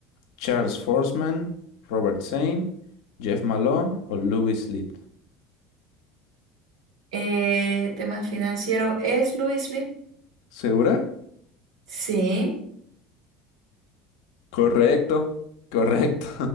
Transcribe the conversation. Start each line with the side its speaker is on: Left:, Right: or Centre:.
Left: Charles Forsman, Robert Sain, Jeff Malone o Louis Litt.
Right: Eh, temas financieros, ¿es Louis Lipp?
Left: ¿Segura?
Right: Sí.
Left: Correcto, correcto.